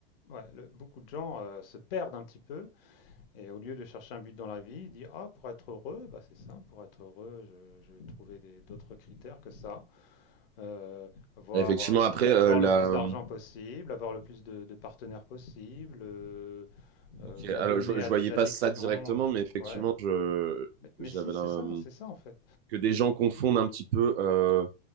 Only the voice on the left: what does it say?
ouais, le beaucoup de gens, heu, se perdent un petit peu et au lieu de chercher un but dans la vie, ils disent: «Ah, pour être heureux, bah, c'est simple, pour être heureux, je je vais trouver des d'autres critères que ça, heu, avoir,
heu,
avoir
le plus d'argent possible, avoir le plus de de partenaires possible, heu heu,
m'adonner
à
des addictions»,
heu,
ouais,
mais mais
si, c'est
ça, c'est ça, en fait.